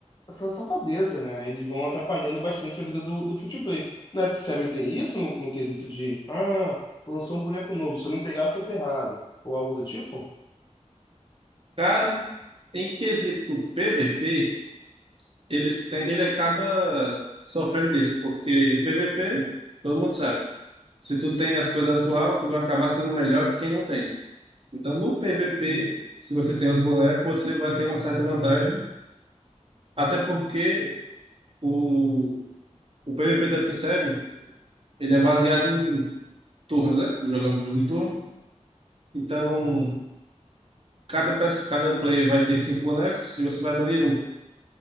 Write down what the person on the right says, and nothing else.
Cara, Em quesito PVP, eles tem ele acaba sofrendo disso, porque PVP, todo mundo sabe. Se tu tem as coisas atual, tu vai acabar sendo melhor que quem não tem. Então, no PVP, se você tem os bonecos, você vai ter uma certa vantagem, até porque o, o PVP da Epic Seven, ele é baseado em turno, né? Jogando jogo em turno. Então, cada, peça- cada player vai ter cinco bonecos e você vai banir um.